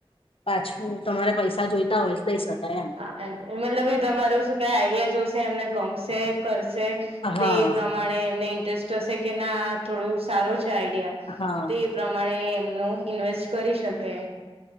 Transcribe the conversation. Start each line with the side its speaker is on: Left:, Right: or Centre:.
Left: પાછું તમારે પૈસા જોઈતા હોય, લઈ શકાય એમ.
Right: હા મતલબ એ તમારો શું કઈ આઈડિયા જોશે, એમને ગમશે કરશે તો
Left: હા
Right: પ્રમાણે. પ્રમાણે એમને ઇન્ટરેસ્ટ હશે કે, ના થોડું સારું છે આઈડિયા.
Left: હા
Right: તે એ પ્રમાણે એમનું ઇન્વેસ્ટ કરી શકે.